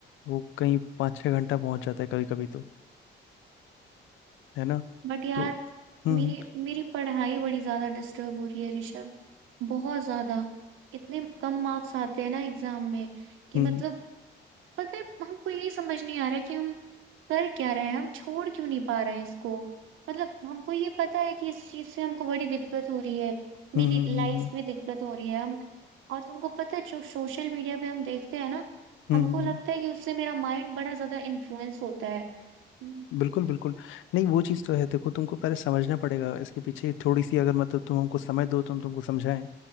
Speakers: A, on the left; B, on the right.
A: वो कहीं पाँच छः घंटा पहुंच जाता है कभी कभी तो है ना
B: बट यार
A: तो हम्म
B: मेरी मेरी पढ़ाई बड़ी ज्यादा डिस्टर्ब हो रही है ऋषभ बहुत ज्यादा इतने कम मार्क्स आते हैं ना एग्जाम में कि
A: हम्म
B: मतलब पता है हमको यही समझ नहीं आ रहा है कि हम कर क्या रहे हैं हम छोड़ क्यों नहीं पा रहे हैं इसको मतलब हमको ये पता है कि इस चीज से हमको बड़ी दिक्कत हो रही है मेरी
A: हम्म हम्म
B: लाइफ
A: हम्म हम्म हम्म,
B: में दिक्कत हो रही है हम और तुमको पता है जो सोशल मीडिया पे हम देखते हैं ना
A: हम्म,
B: हमको
A: हम्म,
B: लगता
A: हम्म।
B: है कि उससे मेरा माइंड बड़ा ज्यादा इन्फ्लुएंस होता है हम्म,
A: बिल्कुल बिल्कुल नहीं वो चीज़ तो है देखो तुमको पहले समझना पड़ेगा इसके पीछे थोड़ी सी अगर मतलब तुम हमको समय दो तो हम तुमको समझाएं